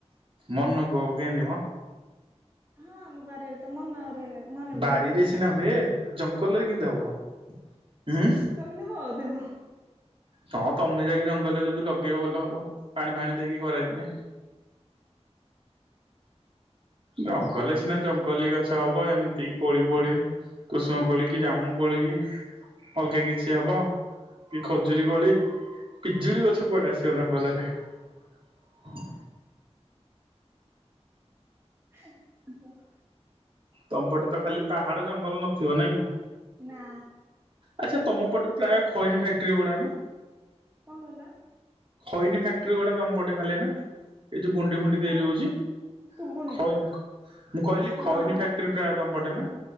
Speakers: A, on the right; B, on the right.
A: ମନକୁ ହବ କେନ୍ତି ମ।
B: ହଁ ଆମ ବାରି ଆଡ଼େ ତ ମନରେ ମନକୁ
A: ବାରିରେ
B: ହୁଏ।
A: ସିନା ହୁଏ ଜଙ୍ଗଲରେ କେମତି ହବ? ହୁଁ
B: ତା ବୋଲି ହଉଥିବ
A: ହଁ ତମେ ଯାଇକି ଜଙ୍ଗଲରେ ଯଦି ଲଗେଇବ ଭଲ ହବ। ପାଣି ଫାଣି ଦେଇକି ଖରା ଦିନେ। ଜଙ୍ଗଲରେ ନା ଜଙ୍ଗଲି ଗଛ ହବ ଏମିତି କୋଳି ଫୋଳି କୁଷୁମ କୋଳି କି ଜାମୁ କୋଳି କି ଅଲଗା କିଛି ହବ କି ଖ ଖଜୁରି କୋଳି ପିଜୁଳି ଗଛ କୁଆଡେ ଆସିବ ଜଙ୍ଗଲରେ ଜ୍
B: ହୁଁ <inaudible>
A: ତମ ପଟେ ତ ଖାଲି ପାହାଡ ଜଙ୍ଗଲ ନଥିବ ନାଇଁ କି?
B: ନା।
A: ଆଚ୍ଛା ତମ ପଟେ ପ୍ରାୟ ଖଇନି ଫ୍ୟାକ୍ଟରି ଗୁଡାକ ନା
B: କଣ କହିଲ?
A: ଖଇନି ଫ୍ୟାକ୍ଟରି ଗୁଡା ତମ ପଟେ ଖାଲି ନା ଏ ଯୁ ଗୁଣ୍ଡି ଫୁଣ୍ଡି ତିଆରି
B: ହ
A: ହଉଛି
B: ଶୁଭୁନି
A: ଖଇନି ମୁଁ କହିଲି
B: ହଁ।
A: ଖଇନି ଫ୍ୟା ତମ ପଟେ ନା